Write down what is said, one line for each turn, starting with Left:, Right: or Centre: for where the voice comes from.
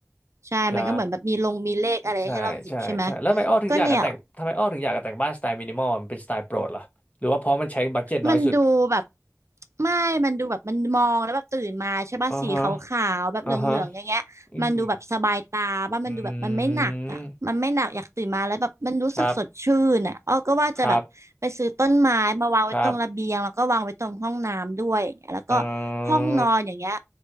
Right: ใช่มันก็เหมือนแบบมีลงมีเลขอะไรให้เราหยิบใช่ไหม
Left: ใช่ ใช่ใช่ใช่แล้วทำไมอ้อถึงอยากจะแต่งทำไมอ้อถึงอยากจะแต่งบ้านสไตล์มินิมอลมันเป็นสไตล์โปรดเหรอหรือว่าเพราะมันใช้บัดเจ็ตน้อยสุด
Right: ก็เนี่ย มันดูแบบไม่มันดูแบบมันมองแล้วแบบตื่นมาใช่ป่ะสีขาวๆแบบเหลืองๆอย่างเงี้ยมันดูแบบสบายตาป่ะมันดูแบบมันไม่หนักอ่ะมันไม่หนักอยากตื่นมาแล้วแบบมันรู้สึกสดชื่นอ่ะอ้อก็ว่าจะแบบไปซื้อต้นไม้มาวางไว้ตรงระเบียงแล้วก็วางไว้ตรงห้องน้ำด้วยอย่างเงี้ยแล้วก็
Left: อ่าฮะอ่าฮะอืมอืมครับครับครับเออ
Right: ห้องนอนอย่างเงี้ย